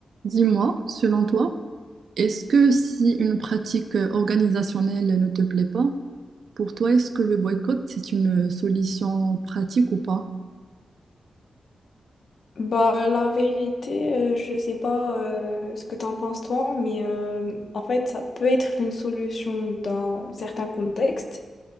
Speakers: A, on the right; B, on the left.
A: Dis-moi, selon toi, est-ce que si une pratique euh, organisationnelle ne te plaît pas, pour toi, est-ce que le boycott, c'est une solution pratique ou pas?
B: Bah, la vérité, euh, je sais pas euh, ce que t'en penses toi, mais euh, en fait, ça peut être une solution dans certains contextes,